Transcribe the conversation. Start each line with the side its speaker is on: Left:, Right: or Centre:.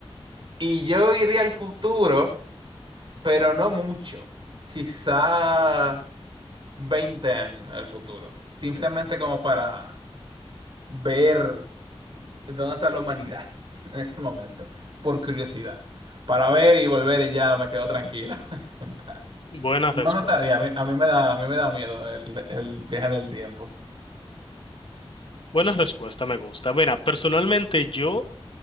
Right: Y yo iría al futuro, pero no mucho. Quizá. 20 años al futuro, simplemente como para ver dónde está la humanidad <laughs> en ese momento, por curiosidad, para
Left: Bu-
Right: ver y volver y ya me quedo tranquilo, <laughs> en paz.
Left: Buena
Right: No
Left: respuesta.
Right: lo sabría, a mí, a mí me da, a mí me da miedo el, el viaje en el tiempo.
Left: Buena respuesta, me gusta. Mira, personalmente yo